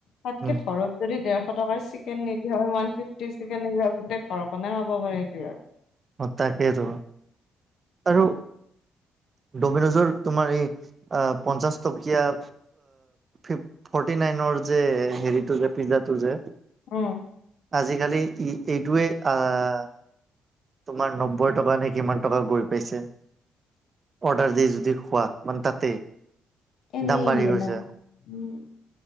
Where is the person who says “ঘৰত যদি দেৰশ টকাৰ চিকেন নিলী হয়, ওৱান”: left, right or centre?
Left